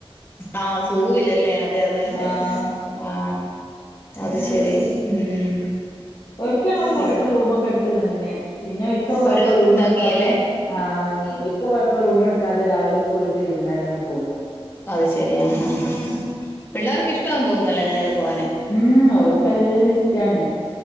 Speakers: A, on the left; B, on the left.
A: ആഹ് സൂവിലല്ലേ അതെ അതെ അതെ
B: ആഹ്
A: ആഹ് അത് ശരി ഉം
B: ഒരിക്ക ഞങ്ങൾ പോയിട്ട്
A: പിൻ
B: റൂമൊക്കെ എടുത്ത് നിന്ന പിന്നെ ഒരിക്ക പോയപ്പോ
A: ഒരു ദിവസം
B: റൂം
A: തങ്ങിയല്ലേ
B: എടുക്കാതെ ആ തങ്ങി ഒരിക്ക പോയപ്പോ റൂം എടുക്കാതെ രാവിലെ പോയിട്ട് വൈകുന്നേരം അങ്ങട്ട് പോന്ന്.
A: അത് ശെരിയാ ഹഹഹ പിള്ളേർക്ക് ഇഷ്ട തോന്നുന്നല്ലേ അങ്ങനെയൊക്കെ പോവാനെ?
B: ഉം ഓല്ക്കല്ലാ ഇഷ്ടണ്.